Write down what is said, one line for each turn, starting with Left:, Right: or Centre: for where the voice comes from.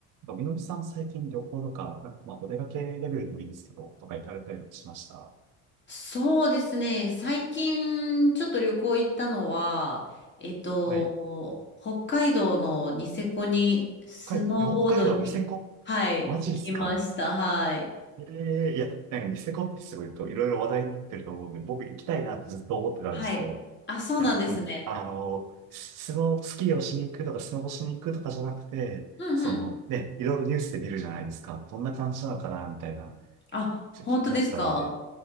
Right: なんかみのりさん最近旅行とか、なんかまあお出かけレベルでもいいですけど、とか行かれたりとかしました。
Left: そうですね。最近、ちょっと旅行行ったのは、えっと、
Right: はい。
Left: 北海道のニセコにスノーボードに、
Right: 北海北海道ニセコ
Left: はい、
Right: マジっすか
Left: 行きました。はい。
Right: ええいや、なんかニセコってすごいといろいろ話題になってると思うんで、僕行きたいなってずっと思ってたんですけど、
Left: はい。あ、そうなんですね。
Right: いや、もうあの、スノー、スキーをしに行くとかスノボしに行くとかじゃなくて、
Left: うんうん。
Right: そのね、いろいろニュースで見るじゃないですか。どんな感じなのかなみたいな、
Left: あ、
Right: ちょっと気になったんで。
Left: 本当ですか